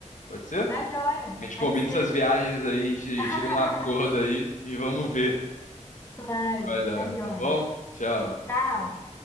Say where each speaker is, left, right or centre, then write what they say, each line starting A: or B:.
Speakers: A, on the left; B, on the left.
A: pode ser?
B: Tá joia,
A: A gente
B: pode
A: combina
B: ser.
A: essas viagens aí, a gente
B: <laughs>
A: chega num acordo aí e vamos ver
B: Claro,
A: o que vai dar,
B: tá joia.
A: tá bom? Tchau.
B: Tchau.